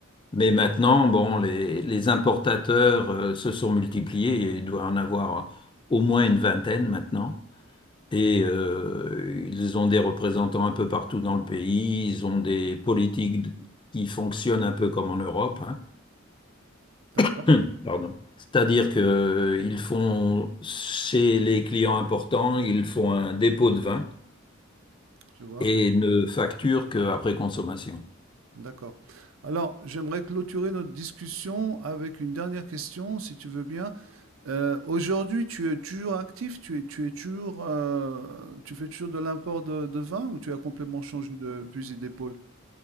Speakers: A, on the left; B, on the right.
A: Mais maintenant, bon, les, les importateurs, euh, se sont multipliés. Il doit en avoir au moins une vingtaine maintenant. Et euh, ils ont des représentants un peu partout dans le pays, ils ont des politiques qui fonctionnent un peu comme en Europe, hein.
B: D'accord,
A: <clears throat> Pardon. C'est-à-dire qu'ils font, chez les clients importants, ils font un dépôt de vin
B: je vois.
A: et ne facturent qu'après consommation.
B: D'accord. Alors, j'aimerais clôturer notre discussion avec une dernière question, si tu veux bien. Euh, aujourd'hui, tu es toujours actif, tu es, tu es toujours, euh, tu fais toujours de l'import de, de vin ou tu as complètement changé de fusil d'épaule?